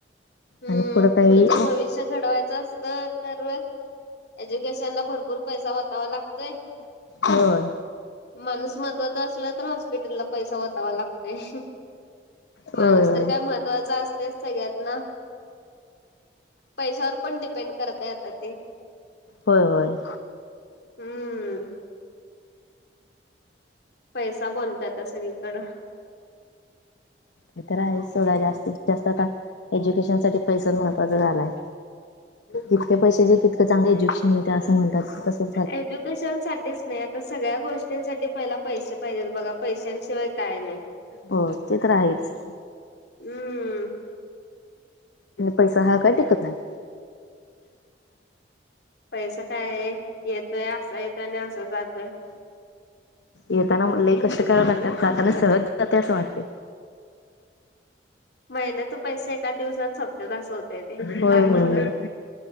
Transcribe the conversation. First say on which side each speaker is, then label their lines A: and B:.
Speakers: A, on the left (about 65°); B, on the left (about 80°).
A: हम्म
B: आणि पुढं काही
A: पुुढचं भविष्य घडवायचं असलं तर एज्युकेशन ला भरपूर पैसा वटवा लागतोय.
B: होय.
A: माणूस महत्त्वाचा असला तर हॉस्पिटलला पैसा वतावा लागतंय.
B: होय
A: माणूस
B: होय
A: तर काय महत्त्वाचा असतेच सगळ्यातना. पैशावर पण डिपेंड करतय आता ते.
B: होय होय.
A: हम्म. पैसा बोलतातय सगळीकडं.
B: हे तर आहे सोडा जास्तीत जास्त आता एज्युकेशन साठी पैसा महत्त्वाचा झालाय. जितके पैसे देत तितकं चांगलं एज्युकेशन मिते असं म्हणतात कसं
A: एजु पैशांसाठीच नाही आता सगळ्या गोष्टींसाठी पहिला पैसे पाहिजेत बघा पैशांशिवाय काय नाही.
B: हो ते तर आहेच.
A: हम्म
B: पैसा हाय काय टिकतं नाही.
A: पैसा काय येतोय असा येतोय आणि असा जातोय
B: येताना म लई कष्ट कराव लागतात आणि जाताना सहजच जाते असं वाटते.
A: महिन्याचं पैसे एकाच दिवसात सपत्यात अस होतं
B: होय
A: लागलं
B: होय
A: तर